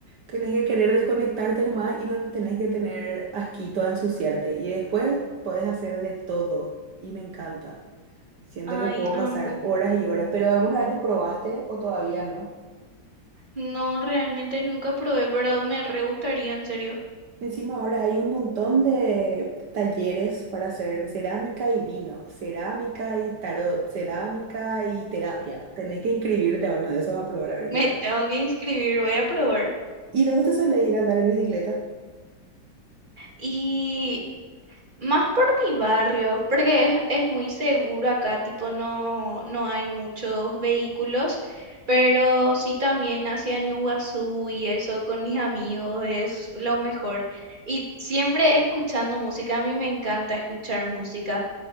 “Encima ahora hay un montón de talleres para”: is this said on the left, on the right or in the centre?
Right